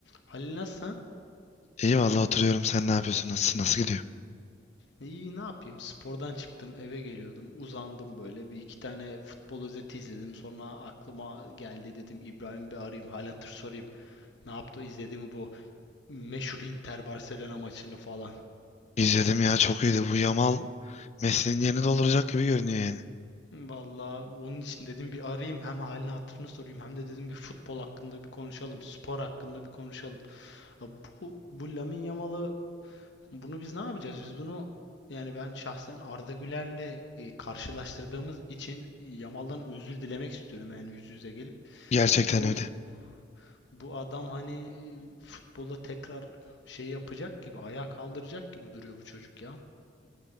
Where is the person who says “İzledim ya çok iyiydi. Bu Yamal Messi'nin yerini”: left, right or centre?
Left